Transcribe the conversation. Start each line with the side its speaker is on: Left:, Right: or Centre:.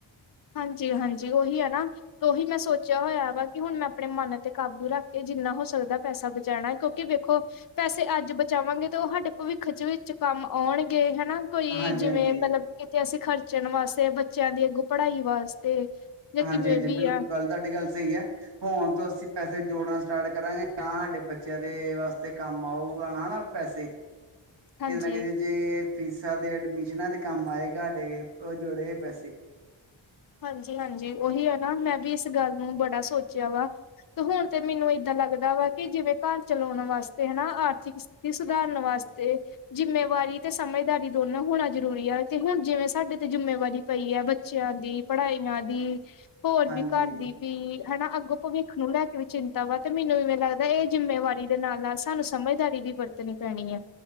Left: ਹਾਂਜੀ, ਹਾਂਜੀ। ਉਹੀ ਹੈ ਨਾ ਉਹੀ ਮੈਂ ਸੋਚਿਆ ਹੋਇਆ ਵਾ ਕਿ ਹੁਣ ਮੈਂ ਆਪਣੇ ਮਨ ਤੇ ਕਾਬੂ ਰੱਖ ਕੇ ਜਿੰਨਾ ਹੋ ਸਕਦਾ ਪੈਸਾ ਬਚਾਉਣਾ ਕਿਉਂਕਿ ਖੋ ਪੈਸੇ ਅੱਜ ਬਚਾਵਾਂਗੇ। ਤੇ ਉਹ ਸਾਡੇ ਭਵਿੱਖ ਚ ਵਿੱਚ ਕੰਮ ਆਉਣਗੇ ਹੈਨਾ! ਕੋਈ
Right: ਹਾਂਜੀ-ਹਾਂਜੀ,
Left: ਜਿਵੇਂ, ਮਤਲਬ ਕਿਤੇ ਅਸੀ ਖਰਚਣ ਵਾਸਤੇ, ਬੱਚਿਆਂ ਦੀ ਅੱਗੋਂ ਪੜ੍ਹਾਈ ਵਾਸਤੇ। ਜਾਂ
Right: ਹਾਂਜੀ,
Left: ਕਿਵੇਂ
Right: -ਹਾਂਜੀ!
Left: ਵੀ
Right: ਬਿਲਕੁਲ
Left: ਆ
Right: ਗੱਲ, ਤੁਹਾਡੀ ਗੱਲ ਸਹੀ ਹੈ। ਹੁਨ ਤੋਂ ਅਸੀਂ ਪੈਸੇ ਜੋੜਨਾ ਸਟਾਰਟ ਕਰਾਂਗੇ। ਤਾਂ ਸਾਡੇ ਬੱਚਿਆਂ ਦੇ ਵਾਸਤੇ ਕੰਮ ਆਊਗਾ। <unintelligible> ਪੈਸੇ ਕਿਤੇ
Left: ਹਾਂਜੀ
Right: ਨਾ ਕਿਤੇ, ਜੇ ਇਹ ਫੀਸਾਂ ਤੇ ਐਡਮਿਸ਼ਨਾਂ ਦੇ ਕੰਮ ਆਏਗਾ। ਤੇ ਉਹ ਜੋੜੇ ਹੋਏ ਪੈਸੇ।
Left: ਹਾਂਜੀ-ਹਾਂਜੀ ਉਹੀ ਆ ਨਾ। ਮੈਂ ਵੀ ਇਸ ਗੱਲ ਨੂੰ ਬੜਾ ਸੋਚਿਆ ਵਾ। ਤੇ ਹੁਣ ਤੇ ਮੈਨੂੰ ਇਹਦਾਂ ਲੱਗਦਾ ਵਾ। ਕਿ ਜਿਵੇਂ ਘਰ ਚਲਾਉਣ ਵਾਸਤੇ, ਹਨਾ ਆਰਥਿਕ ਸਥਿ ਤੀ ਸੁਧਾਰਨ ਵਾਸਤੇ ਜਿੰਮੇਵਾਰੀ ਤੇ ਸਮਝਦਾਰੀ ਦੋਨੋਂ ਹੋਣਾ ਜਰੂਰੀ ਆ। ਤੇ ਹੁਣ ਜਿਵੇਂ ਸਾਡੇ ਤੇ ਜਿੰਮੇਵਾਰੀ ਪਈ ਹੈ। ਬ ਚਿਆਂ ਦੀ ਪੜ੍ਹਾਈਆਂ ਦੀ। ਹੋਰ
Right: ਹਾਂਜੀ
Left: ਵੀ ਘਰ ਦੀ ਵੀ। ਹਨਾ ਅੱਗੋਂ ਭਵਿੱਖ ਨੂੰ ਲੈ ਕੇ ਵੀ ਚਿੰਤਾ ਵਾ। ਤੇ ਮੈਨੂੰ ਵੀ ਇਵੇਂ ਲੱਗਦਾ। ਇਹ ਜਿੰਮੇਵਾਰੀ ਦੇ ਨਾਲ-ਨਾਲ ਸਾਨੂੰ ਸਮਝਦਾਰੀ ਵੀ ਵਰਤਣੀ ਪੈਣੀ ਹੈ।